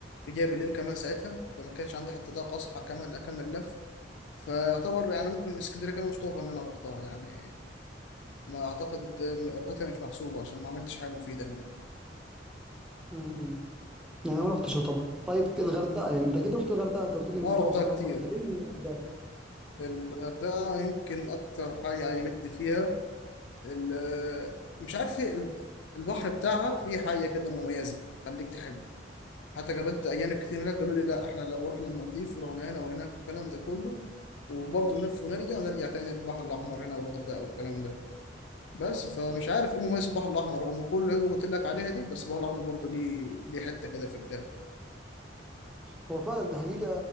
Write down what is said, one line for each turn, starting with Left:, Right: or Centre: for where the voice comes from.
Left: جاي بالليل كمان ساعتها فما كانش عندي حتى ضاقه اصحى كمان اكمل لف فيعتبر يعني ممكن اسكندريه كده مش طوبه ان انا رحتها يعني ما اعتقد ان رحلتها مش محسوبه عشان ما عملتش حاجه مفيده هناك
Centre: م- م. يعني ما رحتش يعتبر طيب الغردقه يعني انت اكيد رحت الغردقه انت قلت لي ان
Left: اه
Centre: الجو
Left: رحتها
Centre: حر هناك
Left: كتير
Centre: طب كلمني عن الغردقه
Left: الغردقه يمكن اكتر حاجه عجبتني فيها ال- مش عارف إيه، ال- البحر بتاعها فيه حاجه كده مميزه خليك تحب حتى قابلت اجانب كتير هناك قالوا لي لا احنا لو رحنا المالديف ورحنا هنا وهناك والكلام ده كله وبرضه نلف ونرجع ونرجع تاني البحر الاحمر هنا والغردقه والكلام ده بس فمش عارف ايه مميز البحر الاحمر رغم كل اللي قلت لك عليها دي بس البحر الاحمر برضه ليه ليه حته كده في الجنة
Centre: هو فعلا دي حقيقة